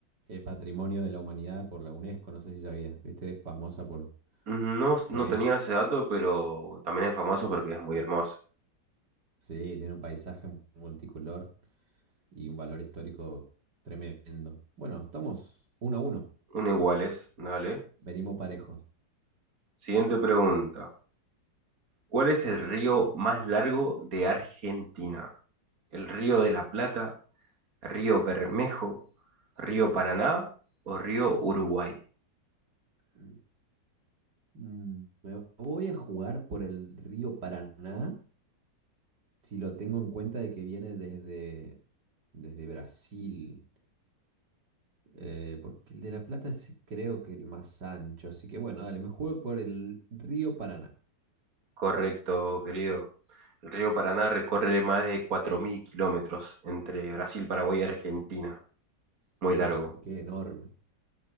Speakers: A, on the right (about 65°); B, on the right (about 50°).
A: es patrimonio de la humanidad por la UNESCO. No sé si sabías, viste, es famosa por,
B: No,
A: por
B: no
A: eso.
B: tenía ese dato, pero también es famoso porque es muy hermoso.
A: Sí, tiene un paisaje multicolor y un valor histórico tremendo. Bueno, estamos uno a uno,
B: Un iguales, dale.
A: venimos parejos.
B: Siguiente pregunta. ¿Cuál es el río más largo de Argentina? ¿El río de la Plata, río Bermejo, río Paraná o río Uruguay?
A: Mm. Mm, Me voy a jugar por el río Paraná, si lo tengo en cuenta de que viene desde, desde Brasil, eh, porque el de La Plata es creo que el más ancho, así que bueno, dale, me juego por el río Paraná.
B: Correcto, querido. El río Paraná recorre más de 4.000 kilómetros entre Brasil, Paraguay y Argentina. Muy
A: Uf,
B: largo,
A: qué enorme.